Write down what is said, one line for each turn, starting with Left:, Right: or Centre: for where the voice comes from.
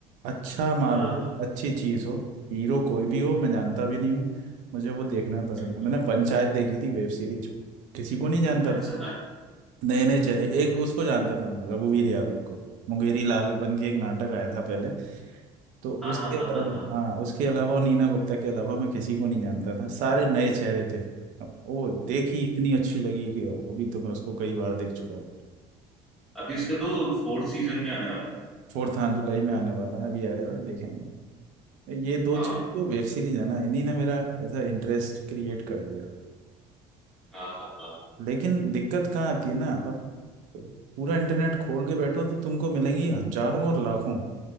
Right: अच्छा माल
Centre: हाँ
Right: हो
Centre: हाँ,
Right: अच्छी चीज हो हीरो कोई भी हो मैं
Centre: हम्म,
Right: जानता भी नहीं हूँ मुझे वो देखना भी पसंद
Centre: बिल्कुल
Right: है मैंने पंचायत देखी थी वेब सीरीज किसी को नहीं जानता
Centre: अच्छा
Right: था
Centre: अरे
Right: नए नए चेहरे
Centre: अच्छा, बहुत
Right: एक उसको
Centre: अच्छी।
Right: जानता था मैं रघुवीर यादव को मुंगेरी लाल बन के एक नाटक आया था पहले तो
Centre: हाँ
Right: उसके
Centre: हाँ हाँ
Right: अलावा
Centre: हाँ हाँ
Right: हाँ उसके अलावा और नीना गुप्ता के अलावा मैं किसी को नहीं जानता था सारे
Centre: yeah.
Right: नए चेहरे थे अब वो देखी इतनी अच्छी लगी कि अभी तो मैं उसको कई बार देख चुका हूँ
Centre: अभी उसका तो फोर्थ सीजन भी आने वाला है
Right: फोर्थ हाँ जुलाई में आने वाला है अभी आ रहा है देखेंगे ये दो
Centre: हाँ
Right: चीज जो वेब सीरीज है ना इन्हीं ने मेरा ऐसा इंटरेस्ट क्रिएट कर दिया
Centre: हाँ हाँ हाँ
Right: लेकिन दिक्कत कहाँ आती है ना अब पूरा इंटरनेट खोल के बैठो तो तुमको मिलेंगी हजारों और लाखों